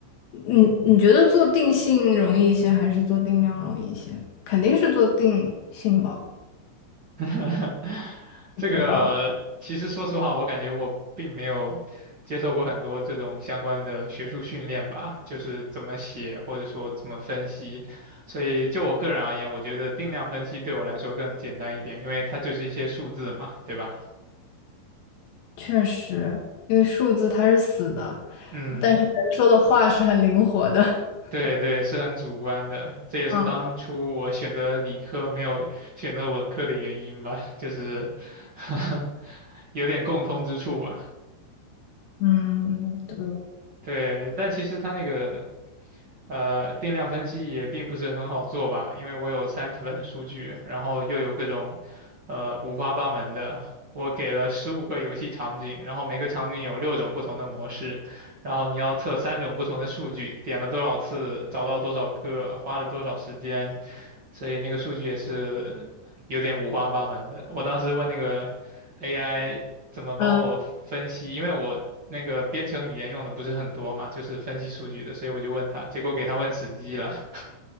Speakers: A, on the left; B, on the right.
A: 你你觉得做定性容易一些，还是做定量容易一些？肯定是做定性吧，
B: <laughs> 这个其实说实话，
A: 我觉得。
B: 我感觉我并没有接受过很多这种相关的学术训练吧，就是怎么写或者说怎么分析。所以就我个人而言，我觉得定量分析对我来说更简单一点，因为它就是一些数字嘛，对吧？
A: 确实，因为数字它是死的，
B: 嗯，
A: 但是人说的话是很灵活的。<laughs>
B: 对对，是很主观的，这也是当初我选择理科没有选择文科的原因吧，
A: 嗯
B: 就是 <laughs> 有点共通之处吧。
A: 嗯，对，
B: 对，但其实它那个呃，定量分析也并不是很好做吧，因为我有三十份数据，然后又有各种，呃，五花八门的。我给了十五个游戏场景，然后每个场景有六种不同的模式，然后你要测三种不同的数据，点了多少次，找到多少个，花了多少时间，所以那个数据也是有点五花八门的。我当时问那个 AI。怎么帮我分析，
A: 嗯，
B: 因为我那个编程语言用的不是很多嘛，就是分析数据的，所以我就问他，结果给他问死机了。<laughs>